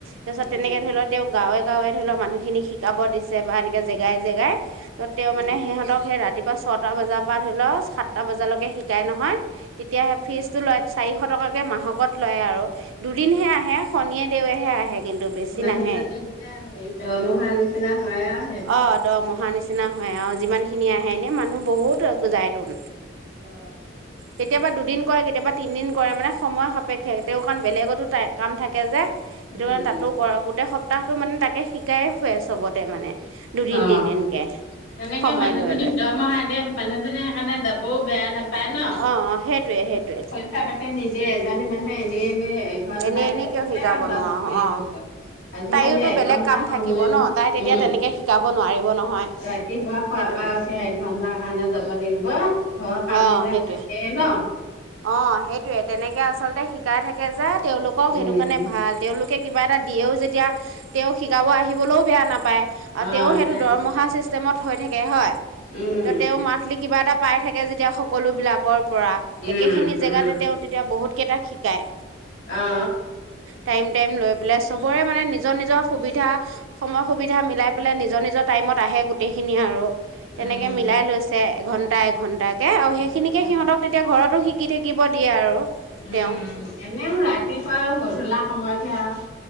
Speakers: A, on the right; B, on the left.
A: তাৰ পিছত
B: উম
A: তেনেকে ধৰি লও, তেওঁ গাঁৱে গাঁৱে ধৰি লওক মানুহখিনিক শিকাব দিছে বা এনেকে জেগাই জেগাই ত', তেওঁ মানে
B: উম
A: সিহঁতক সেই ৰাতিপুৱা ছটা বজাৰ পৰা ধৰি ল, সাতটা বজালৈকে শিকাই নহয়। তেতিয়াহে
B: অ
A: ফিজটো লয়, চাৰিশ টকাকে মাহকত লয় আৰু। দুদিনহে আহে, শনিয়ে দেওহে
B: অ
A: আহে কিন্তু বেছি
B: মানুহজনী
A: নাহে।
B: হেৰি দৰমহা নিচিনা হয় আ
A: অ, দৰমহা নিচিনা হয় অ, যিমান খিনি আহে। এনে মানুহ বহুত যায় তোন।
B: অ
A: কেতিয়াবা দুদিন কৰে, কেতিয়াবা তিনদিন কৰে। মানে সময় সপ সাপেক্ষে। তেওঁৰ কাৰণ বেলেগতো কাম থাকে যে, সেইটো
B: উম
A: কাৰণে তাতো কৰে, গোটেই সপ্তাহটো মানে তাকে শিক শিকাই ফুৱে চবতে মানে। দুদিন
B: অ।
A: তিনদিনকে
B: তেনেকে
A: সময়
B: মানুহজনীক
A: লৈ লৈ
B: দৰমহা দিয়ে মানুহজনী সেইকাৰণে যাবও বেয়া নাপায় ন'।
A: অ অ', সেইটোয়ে, সেইটোয়ে।
B: কথা পাতে নিজে, এজনি মানে এনে এনে এঘণ্টা
A: এনেই এনেই
B: কে,
A: কিয় শিকাব
B: লাজ
A: নোৱাৰো
B: কৰিব
A: অ
B: গৈ। আজি
A: তাইয়োতো
B: কালি এঘণ্টা
A: বেলেগ কাম থাকিব
B: ময়ো,
A: ন তাই তেতিয়া
B: উম,
A: তেনেকে শিকাব নোৱাৰিব নহয়
B: ৰাতিপুৱা শুৱা
A: সেইটো
B: পা
A: কাৰণে
B: সেই এঘন্টাৰ কাৰণে যাব লাগিব, ঘৰৰ কাম
A: অ
B: বিলাক
A: সেইটোৱে
B: থাকেই ন'?
A: অ', সেইটোয়ে। তেনেকে আচলতে শিকাই থাকে যে তেওঁলোকক
B: উম
A: সেইটো কাৰণে ভাল। তেওঁলোকে কিবা এটা দিয়েও যেতিয়া, তেওঁ শিকাব আহিবলৈও বেয়া নাপায়। পায়। আউ
B: অ
A: তেওঁৰ সেইতো
B: বেয়া
A: দৰমহা
B: নাপায়
A: চিষ্টেমত হৈ থাকে হয়।
B: উম
A: ত', তেওঁ মান্থলি কিবা এটা পাই থাকে, যেতিয়া সকলো বিলাক কৰ পৰা,
B: উম
A: একেখিনি
B: উম
A: জেগাতে তেওঁ তেতিয়া বহুত কেইটাক শিকায়।
B: অ
A: টাইম, টাইম লৈ পেলাই, চবৰে মানে নিজৰ নিজৰ সুবিধা সময় সুবিধা মিলাই পেলাই, নিজৰ নিজৰ টাইমত আহে গোটেইখিনিয়ে আৰু।
B: উম
A: তেনেকে মিলাই লৈছে, এঘন্টা এঘণ্টাকে আৰু
B: এঘন্টা
A: সেইখিনিকে সিহঁতক এতিয়া ঘৰতো শিকি থাকিব দিয়ে আৰু।
B: উম,
A: তেওঁ
B: এনেও ৰাতিপুৱাও গধূলা সময়তহে আৰু,